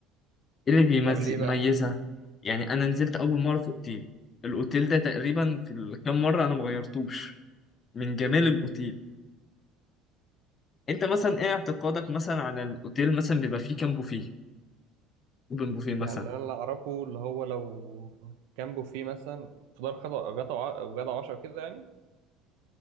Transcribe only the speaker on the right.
طب ليه بقى
يعني انا اللي انا اعرفه اللي هو لو جنبه فيه مثلا فطار خطأ غدا وع- وغدا وعشاء كده يعني